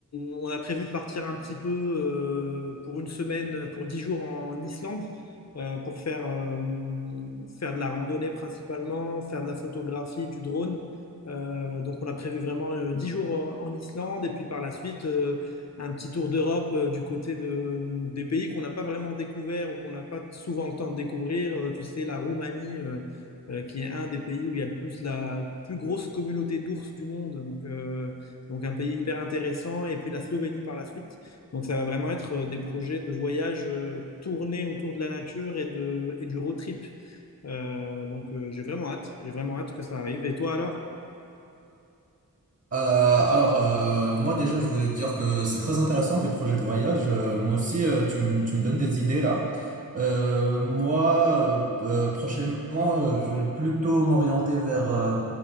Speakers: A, on the left; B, on the right.
A: on a prévu de partir un petit peu euh, pour une semaine, pour dix jours en Islande, euh, pour faire, euh, faire de la randonnée principalement, faire de la photographie, du drone. Euh, donc, on a prévu vraiment euh, dix jours en, en Islande et puis par la suite, euh, un petit tour d'Europe euh, du côté de, des pays qu'on n'a pas vraiment découvert ou qu'on n'a pas souvent le temps de découvrir. Euh, tu sais, la Roumanie. euh, euh, qui est un des pays où il y a le plus la plus grosse communauté d'ours du monde, donc euh, donc un pays hyper intéressant, et puis la Slovénie par la suite. Donc ça va vraiment être euh, des projets de voyage euh, tournés autour de la nature et de et du road trip. Euh, donc euh, j'ai vraiment hâte, j'ai vraiment hâte que ça arrive. Et toi alors?
B: Euh, alors, euh, moi déjà, je voulais te dire que c'est très intéressant tes projets de voyage. Euh, moi aussi, euh, tu me tu me donnes des idées là. Euh, moi, euh, euh, prochainement, euh, je vais plutôt m'orienter vers, euh,